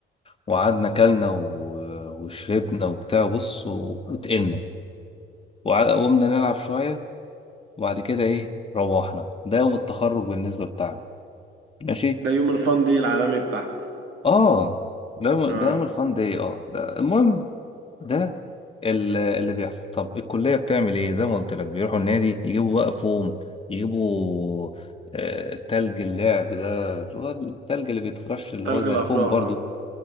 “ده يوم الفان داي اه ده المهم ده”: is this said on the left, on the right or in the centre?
Left